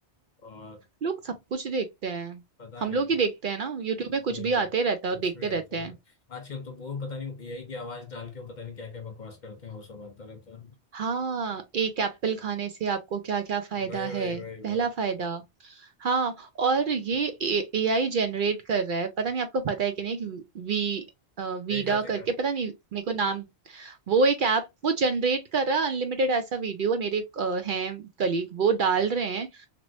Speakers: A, on the left (about 50°); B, on the right (about 60°).
A: और
B: लोग सब कुछ देखते हैं
A: पता
B: हम
A: नहीं
B: लोग ही देखते हैं ना यूट्यूब में कुछ
A: कोई
B: भी आते रहता है
A: कुछ
B: और देखते
A: भी आता
B: रहते हैं
A: है तो। आजकल तो वो पता नहीं एआई की आवाज डाल के वो पता नहीं क्या क्या बकवास करते हैं वो सब आता रहता है
B: हाँ एक एप्पल खाने से आपको क्या क्या फायदा
A: वही वही
B: है
A: वही वही
B: पहला फायदा हाँ और ये ए आई जनरेट कर रहा है पता नहीं आपको पता है कि नहीं एक वी अ, वीडा
A: देखा देखा
B: करके पता नहीं मेरे को नाम वो एक ऐप वो जनरेट कर रहा है अनलिमिटेड ऐसा वीडियो और मेरे एक, अ, हैं कलीग वो डाल रहे हैं